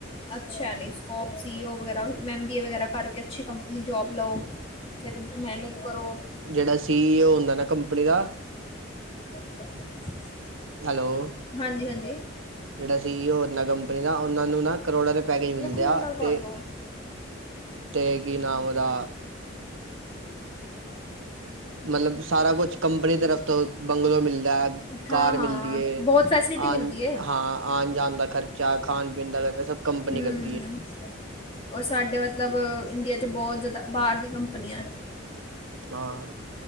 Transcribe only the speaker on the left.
ਅੱਛਾ ਐ ਨੀ ਸਕੋਪ ਸੀ ਓ ਵਗਰਾ ਐਮ ਬੀ ਏ ਵਗੈਰਾ ਕਰਕੇ ਅੱਛੀ ਕੰਪਨੀ ਜੋਬ ਲਓ। ਫੇਰ ਮਿਹਨਤ ਕਰੋ।
ਹ <unintelligible> <inaudible>
ਹਾਂਜੀ ਹਾਂਜੀ
ਖੂਨ
ਨਾਲ ਕਰ
ਦੋ
ਹਾਂ ਹਾਂ
ਬਹੁਤ ਫੈਸਿਲਿਟੀ ਮਿਲਦੀ
ਹੈ
ਹਮ
ਔਰ ਸਾਡੇ ਮਤਲਬ ਇੰਡੀਆ 'ਚ ਬੋਤ ਜ਼ਦਾ ਬਾਅਰ ਦੀ ਕੰਪਨੀਐ।